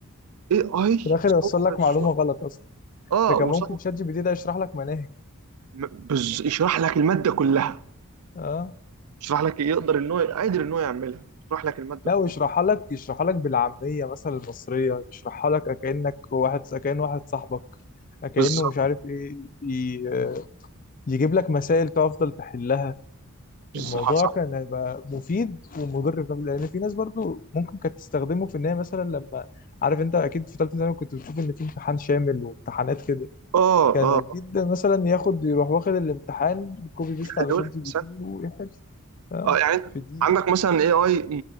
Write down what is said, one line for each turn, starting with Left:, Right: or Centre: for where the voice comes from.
Right: اي اي
Left: في الاخر يوصل
Right: صور
Left: لك
Right: الصور
Left: معلومه غلط اصلا
Right: اه
Left: انت كان
Right: وصور
Left: ممكن شات جي بي تي ده يشرح لك مناهج
Right: م- بز... يشرح لك الماده كلها
Left: اه
Right: يشرح لك يقدر ان هو قادر ان هو يعملها يشرح لك الماده
Left: لا
Right: كلها
Left: ويشرحها لك يشرحها لك بالعاميه مثلا المصريه يشرحها لك كانك واحد كان واحد صاحبك كانه
Right: بالظبط
Left: مش عارف ايه ي- يجيب لك مسائل تفضل تحلها
Right: بالظبط
Left: الموضوع
Right: صح
Left: كان هيبقى مفيد ومضر في نفس- لان في ناس برضو ممكن كانت تستخدمه في ان هي مثلا لما عارف انت اكيد في ثالثه ثانوي كنت بتشوف ان في امتحان شامل وامتحانات كده
Right: اه
Left: كان
Right: اه
Left: اكيد مثلا ياخد يروح واخد الامتحان كوبي بيست
Right: يحلوا
Left: على شات
Right: لك
Left: جي بي
Right: مثلا
Left: تي ويحل اه
Right: اه يعني أنت
Left: في دقيقه
Right: عندك مثلا اي اي